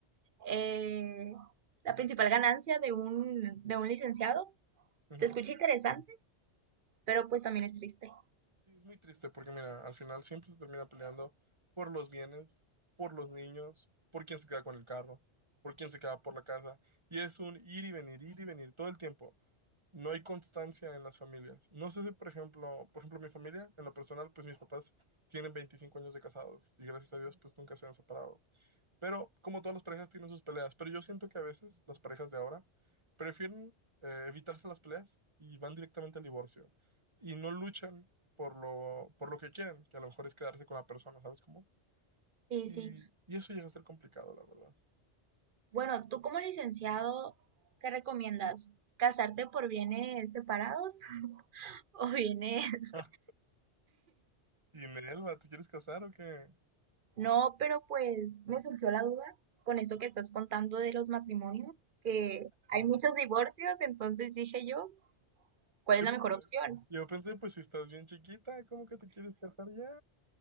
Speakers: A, on the right; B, on the right.
A: eh, la principal ganancia de un, de un licenciado.
B: Ujú.
A: Se escucha interesante, pero pues también es triste.
B: Sí, Es muy triste porque, mira, al final siempre se termina peleando por los bienes, por los niños, por quién se queda con el carro, por quién se queda por la casa. Y es un ir y venir, ir y venir todo el tiempo. No hay constancia en las familias. No sé si, por ejemplo, por ejemplo, mi familia, en lo personal, pues mis papás tienen 25 años de casados y gracias a Dios, pues nunca se han separado. Pero como todas las parejas tienen sus peleas, pero yo siento que a veces las parejas de ahora prefieren eh, evitarse las peleas y van directamente al divorcio y no luchan por lo, por lo que quieren, que a lo mejor es quedarse con la persona, ¿sabes cómo?
A: Sí,
B: Y,
A: sí.
B: y eso llega a ser complicado, la verdad.
A: Bueno, tú como licenciado, ¿qué recomiendas? ¿Casarte por bienes separados <laughs> o bienes?
B: Ah, y Nelva, ¿te quieres casar o qué?
A: No, pero pues me surgió la duda con eso que estás contando de los matrimonios, que hay muchos divorcios, entonces dije yo, ¿cuál es
B: Yo
A: la
B: pensé,
A: mejor opción?
B: yo pensé, pues si estás bien chiquita, ¿cómo que te quieres casar ya?